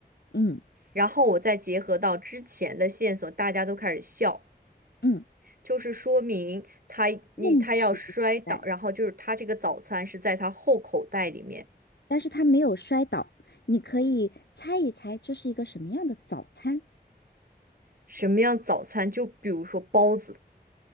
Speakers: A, on the left; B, on the right.
A: 嗯
B: 然后我再结合到之前的线索，大家都开始笑，
A: 嗯，
B: 就是说明他你他要摔倒，
A: 问题就在，
B: 然后就是他这个早餐是在他后口袋里面。
A: 但是他没有摔倒，你可以猜一猜这是一个什么样的早餐？
B: 什么样早餐？就比如说包子，